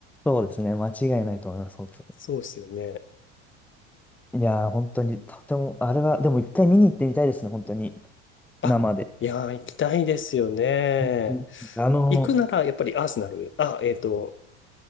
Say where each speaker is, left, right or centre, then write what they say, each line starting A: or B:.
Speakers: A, in the centre; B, on the left.
A: そうですね。間違いないと思います。本当
B: そうですよね。
A: に。いやー、本当に、とても、あれは、でも一回見に行ってみたいですね。本当に。
B: あ、
A: 生で。
B: いやー、行きたいですよね。
A: 本当に。あの、
B: 行くなら、やっぱりアーセナル、あ、えっと、